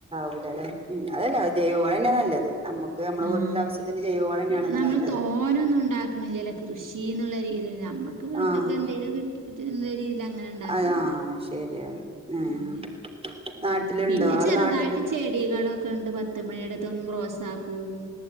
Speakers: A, on the right; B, on the right.
A: ഉ് അതല്ല ജൈവവളം തന്നെ നല്ലത് നമ്മക്ക് നമ്മളെ
B: ആ
A: വീട്ടിലെ ആവശ്യത്തിന് ജൈവ വളം തന്നെയാണല്ലോ
B: പിന്നെ നമ്മൾ
A: നല്ലത്
B: തോനൊന്നും ഉണ്ടാക്കണില്ലല്ലോ കൃഷി എന്നുള്ള രീതിയിൽ നമ്മുക്ക് വീട്ടൊക്കെ
A: ആഹ്
B: എന്തെങ്കലോ കെട്ടി എന്ന രീതി അങ്ങനെ ഉണ്ടാക്കണതല്ലെ
A: അതാ ശരിയാണ് ഉം
B: അങ്ങനെ
A: നാട്ടിലുണ്ടോ
B: പിന്നെ
A: ആള്
B: ചെറുതായിട്ട്
A: നാട്ടില്
B: ചെടികളൊക്കെ ഉണ്ട് പത്ത്മണിയുടെ റോസാ പൂവും